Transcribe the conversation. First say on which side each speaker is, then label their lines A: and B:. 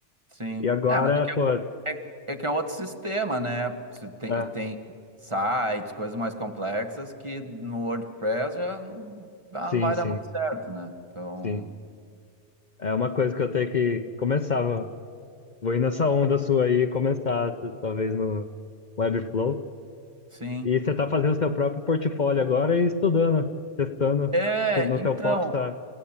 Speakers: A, on the right; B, on the left.
A: sim.
B: E agora,
A: É,
B: pô.
A: É, é que é outro sistema, né? Você Tem,
B: Ah,
A: tem sites, coisas mais complexas que no WordPress já não já
B: sim,
A: não vai
B: sim,
A: dar muito certo, né? Então,
B: sim. É uma coisa que eu tenho que que começar. Vou ir nessa onda sua aí e começar, t- talvez no Webflow.
A: sim.
B: E você tá fazendo seu próprio portfólio agora e estudando, testando
A: É,
B: tu- no
A: então,
B: seu popstar,